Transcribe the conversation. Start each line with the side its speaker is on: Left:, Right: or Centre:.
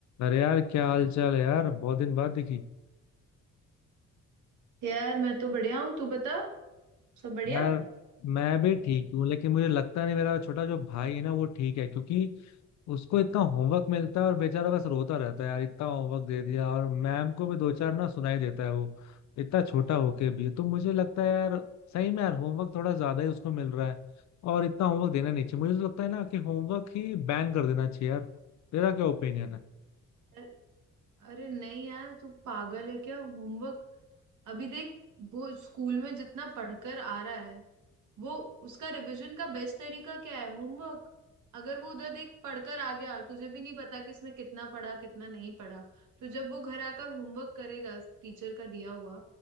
Left: अरे यार क्या हाल चाल है यार बहुत दिन बाद दिखी
Right: यार मैं तो बढ़िया हूँ तू बता सब बढ़िया
Left: यार मैं भी ठीक हूँ लेकिन मुझे लगता नहीं मेरा छोटा जो भाई है ना वो ठीक है क्योंकि उसको इतना होमवर्क मिलता है और बेचारा बस रोता रहता है यार इतना होमवर्क दे दिया और मैम को भी दो चार ना सुनाई देता है वो इतना छोटा होके भी तो मुझे लगता है यार सही में यार होमवर्क थोड़ा ज्यादा ही उसको मिल रहा है और इतना होमवर्क देना नहीं चाहिए मुझे तो लगता है ना कि होमवर्क ही बैन कर देना चाहिए यार तेरा क्या ओपिनियन है
Right: यार, अरे नहीं यार तू पागल है क्या होमवर्क अभी देख वो स्कूल में जितना पढ़कर आ रहा है वो उसका रिवीजन का बेस्ट तरीका क्या है होमवर्क अगर वो उधर देख पढ़कर आ गया तुझे भी नहीं पता कि इसने कितना पढ़ा कितना नहीं पढ़ा तो जब वो घर आकर होमवर्क करेगा टीचर का दिया हुआ